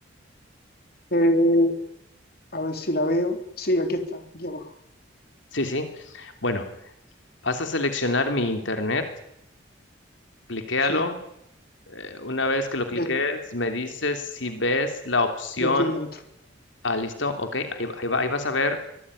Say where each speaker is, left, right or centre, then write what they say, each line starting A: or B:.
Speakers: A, on the left (about 50°); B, on the left (about 70°).
A: Eh, a ver si la veo, sí, aquí está, aquí abajo,
B: Sí, sí. Bueno, vas a seleccionar mi internet, cliquéalo.
A: sí,
B: Eh, una vez que lo cliques,
A: ya,
B: me dices si ves la opción.
A: ya estoy dentro,
B: Ah, listo. Ok, ahí, ahí va- ahí vas a ver.